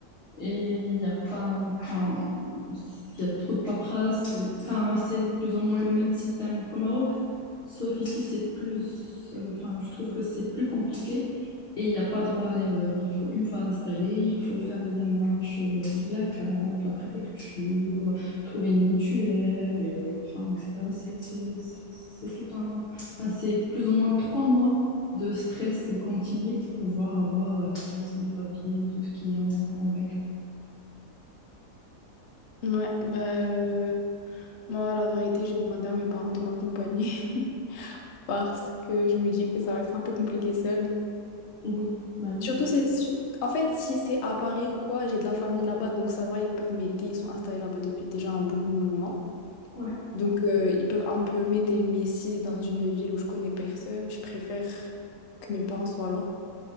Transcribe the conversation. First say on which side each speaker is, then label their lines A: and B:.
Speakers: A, on the left; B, on the left.
A: Et il y a pas, enfin, il y a trop de paperasse. et- Enfin, c'est plus ou moins le même système qu'au Maroc, sauf ici, c'est plus, euh, enfin, je trouve que c'est plus compliqué et il n'y a pas droit à l'erreur. Il faut, une fois installé, il faut faire les démarches, euh, la CAF, la préfecture, trouver une mutuelle, euh, enfin, etc. C'est, c'est, c'est c'est tout un, enfin, c'est plus ou moins trois mois de stress continu pour pouvoir avoir, euh, l'ensemble des papiers, tout ce qui est en en règle.
B: Ouais, bah... Moi, la vérité, j'ai demandé à mes parents de m'accompagner <laughs> parce que je me dis que ça va être un peu compliqué seule.
A: Oui, ben oui.
B: Surtout, c'est, su- en fait, si c'est à Paris ou quoi, j'ai de la famille là-bas, donc ça va, ils peuvent m'aider. Ils sont installés là-bas depuis déjà un bon moment.
A: Ouais,
B: Donc, euh, ils peuvent un peu m'aider. Mais si c'est dans une ville où je connais personne, je préfère que mes parents soient là.